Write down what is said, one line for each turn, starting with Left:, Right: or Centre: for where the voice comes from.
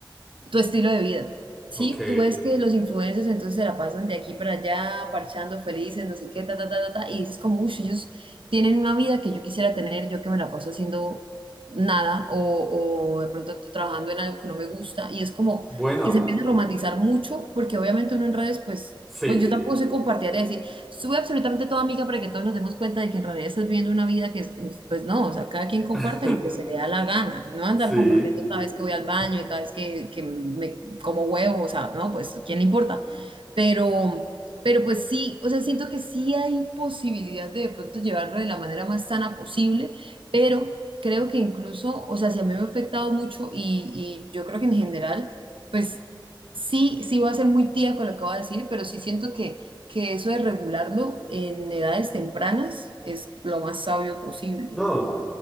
Right: en tu estilo de vida, ¿sí?
Centre: Ok,
Right: Tú ves que los influencers entonces se la pasan de aquí para allá, parchando, felices, no sé qué, ta, ta, ta, ta, ta, y dices como, uy, ellos tienen una vida que yo quisiera tener, yo que me la paso haciendo nada, o, o de pronto t- trabajando en algo que no me gusta, y es como
Centre: bueno,
Right: que se empieza a romantizar mucho, porque obviamente uno en redes, pues,
Centre: sí,
Right: pues yo tampoco sé compartir y decir sube absolutamente todo amiga para que todos nos demos cuenta de que en realidad estás viviendo una vida que, es, pues no, o sea, cada quien comparte
Centre: <laughs>
Right: lo que se le da la gana, no andar
Centre: sí.
Right: compartiendo cada vez que voy al baño y cada vez que, que me como huevo, o sea, no, pues, ¿quién le importa? Pero, pero pues sí, o sea, siento que sí hay posibilidad de de pronto llevarlo de la manera más sana posible, pero creo que incluso, o sea, si a mí me ha afectado mucho y, y yo creo que en general, pues sí, sí voy a ser muy tía con lo que voy a decir, pero sí siento que, que eso de regularlo en edades tempranas es lo más sabio posible.
Centre: No,